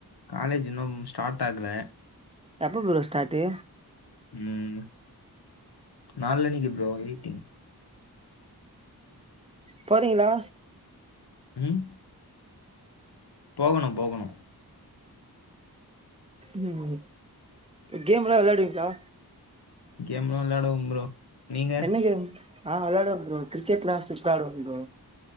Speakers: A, on the left (about 85°); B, on the right (about 15°).
A: காலேஜ் இன்னு ஸ்டாட் ஆகல
B: எப்போ ப்ரோ ஸ்டாட்டு
A: ம் நாளன்னக்கி ப்ரோ எய்ட்டீன்
B: போறீங்ளா
A: ம் போகணு போகணு
B: ம் ம் கேம் எல்லா வெளையாடுவீங்ளா
A: கேம்லா வெளாடுவம் ப்ரோ நீங்க
B: என்ன கேம் ஆ விளாடுவ ப்ரோ கிரிக்கெட்ளா சூப்ராடுவ ப்ரோ